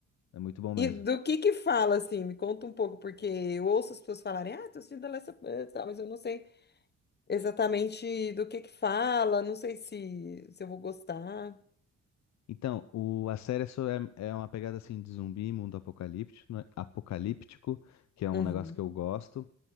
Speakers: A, on the left; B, on the left.
A: é muito bom mesmo.
B: E do que que fala, assim? Me conta um pouco, porque eu ouço as pessoas falarem, ah, tô assistindo The Last of Us, tal, mas eu não sei exatamente do que que fala, não sei se, se eu vou gostar.
A: Então, o, a série é, so- é é uma pegada assim de zumbi, mundo apocalíptico, né? apocalíptico, que é um
B: Uhum.
A: negócio que eu gosto,